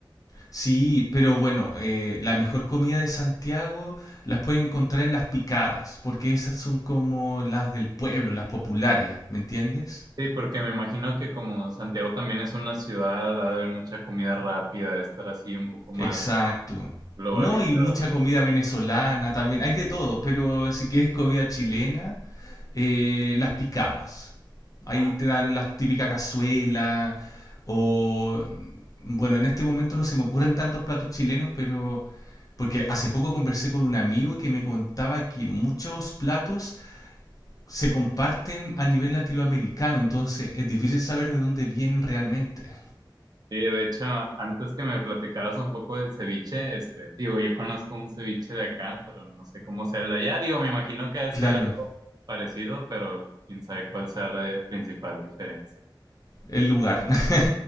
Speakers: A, on the left; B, on the right.
A: Sí, pero bueno, eh, la mejor comida de Santiago las puedes encontrar en las picadas, porque esas son como las del pueblo, las populares, ¿me entiendes?
B: Sí, porque me imagino que como Santiago también es una ciudad, ha de haber mucha comida rápida, de estar así un poco más
A: Exacto.
B: globalizado,
A: No, y mucha
B: ¿no?
A: comida venezolana también, hay de todo, pero si quieres comida chilena, eh, las picadas. Ahí
B: Va.
A: te dan la típica cazuela o... mm, Bueno, en este momento no se me ocurren tantos platos chilenos, pero Porque hace poco conversé con un amigo que me contaba que muchos platos se comparten a nivel latinoamericano, entonces es difícil saber de dónde vienen realmente.
B: Sí, de hecho, antes que me platicaras un poco del ceviche, este, digo, yo conozco un ceviche de acá, pero no sé cómo sea el de allá. Digo, me imagino que debe
A: Claro,
B: ser algo parecido, pero quién sabe cuál sea la de- principal diferencia. <laughs>
A: el lugar. <laughs>